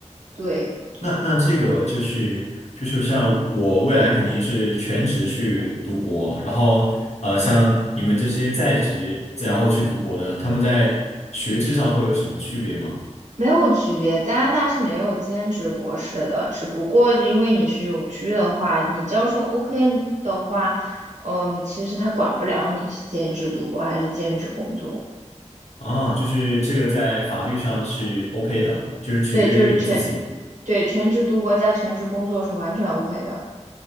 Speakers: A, on the right; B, on the left.
A: 对。
B: 那那这个就是就是像我未来肯定是全职去读博，然后呃，像你们这些在职再然后去读博的，他们在学制上会有什么区别吗？
A: 没有区别，加拿大是没有兼职博士的，只不过因为你是永居的话，你教授 OK 的话，嗯，其实他管不了你是兼职读博还是兼职工作。
B: 啊，就是这个在法律上是 OK 的，就是取决于你自己。
A: 对，就是全，对，全职读博加全职工作是完全 OK 的，